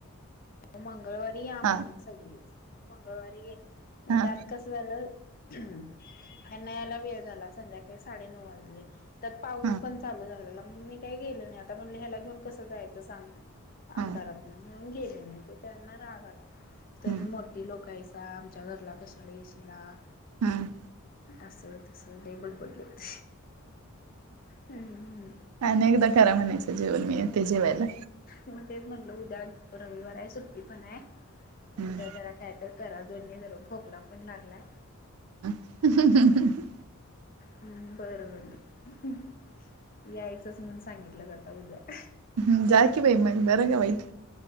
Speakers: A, on the left; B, on the right.
A: मंगळवारी या म्हणलेत
B: हा
A: सगळीच मंगळवारी गे म्हणून
B: हा
A: त्यात कसं झालं ह्यांना यायला वेळ झाला संध्याकाळी साडे नऊ वाजली तर पाऊस
B: हा
A: पण चालू झालेला मी काय गे गेलोय नाही आता म्हटलं ह्याला घेऊन कसं जायचं सांग
B: हा
A: अंधारात नाही म्हणून गेले नाही ते त्यांना रागा आला तुम्ही
B: हम्म
A: मोठी लोकं आहे त आमच्या घरला कशाला येशील आ
B: हम्म.
A: असं तसं लई बडबडलेत. हम्म
B: अनेकदा खरं म्हणायचं जेवण मी येते जेवायला.
A: मग तेच म्हटलं उद्या रविवार आहे सुट्टी पण आहे
B: हम्म
A: उद्या जरा काय तर घरा दोननी ज खोकला पण लागलाय
B: ह ह ह ह
A: हम् बरं ब यायचंच म्हणून सांगितलं जाता उद्या ह
B: हम् जाकीी बाई मग बरा का बाईट